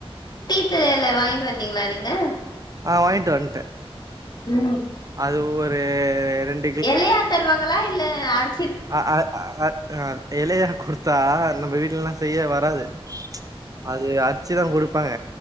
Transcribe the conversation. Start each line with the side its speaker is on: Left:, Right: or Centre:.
Left: டீச்சர் எல வாங்கிட் வந்தீங்ளா நீங்க
Right: ஆ‍ வாங்கிட்‌ வண்ட்ட
Left: ம்
Right: அது ஒரு ரெண்-
Left: எலையா தருவாங்களா இல்ல அற்த்
Right: அ அ அ எலையா குடுத்தா நம்ம வீட் லல்லா செய்ய வராது அது அரிச்சீதா குடுப்பாங்க